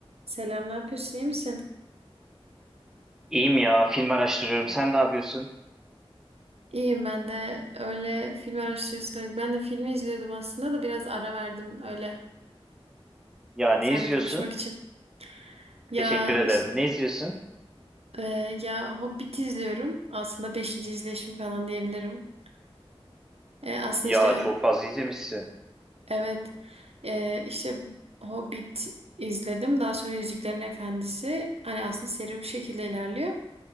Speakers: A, on the right (about 75°); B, in the centre.
A: Selam, ne yapıyorsun? iyi misin?
B: İyiyim ya, film araştırıyorum. Sen ne yapıyorsun?
A: İyiyim ben de öyle film araştırıyorsun. Ben de filmi izliyordum aslında da biraz ara verdim öyle
B: Ya ne
A: seninle
B: izliyorsun?
A: konuşmak için. Ya
B: Teşekkür ederim.
A: işte,
B: Ne izliyorsun?
A: e, ya Hobbit izliyorum. Aslında beşinci izleyişim falan diyebilirim. E, aslında
B: Ya
A: işte ö-
B: çok fazla izlemişsin.
A: evet e, işte Hobbit izledim. Daha sonra Yüzüklerin Efendisi. Hani aslında seri bu şekilde ilerliyor.